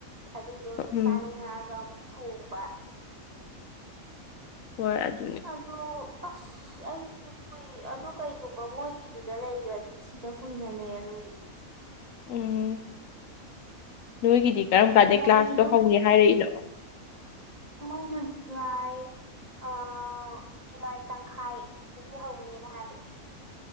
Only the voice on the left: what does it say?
ꯎꯝ
ꯍꯣꯏ <inaudible>
ꯎꯝ ꯅꯣꯏꯒꯤꯗꯤ ꯀꯔꯝ ꯀꯥꯟꯗꯩ
ꯀ꯭ꯂꯥꯁꯇꯣ ꯍꯧꯅꯤ ꯍꯥꯏꯔꯛꯏꯅꯣ